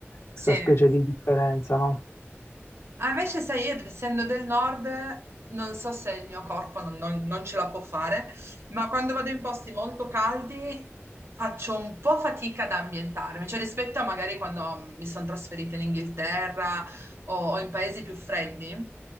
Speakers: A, on the left; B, on the right.
A: questa
B: Sì.
A: specie di differenza, no?
B: Ah, invece, sai, io essendo del nord, non so se il mio corpo non, non- non ce la può fare, ma quando vado in posti molto caldi faccio un po' fatica ad ambientarmi, cioè rispetto a magari quando mi sono trasferita in Inghilterra o, o in paesi più freddi,